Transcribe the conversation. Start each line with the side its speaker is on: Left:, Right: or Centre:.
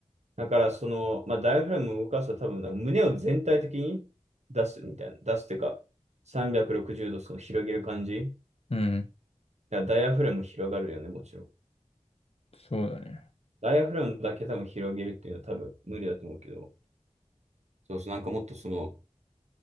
Right: だからその、まあ、ダイアフラムを動かすと多分、なんか胸を全体的に出すみたいな。出すっていうか、360度その広げる感じ。
Left: うん。
Right: だからダイアフラム広がるよね、もちろん。
Left: そうだね。
Right: ダイアフラムだけ多分広げるっていうのは多分無理だと思うけど。そうそう、なんかもっとその、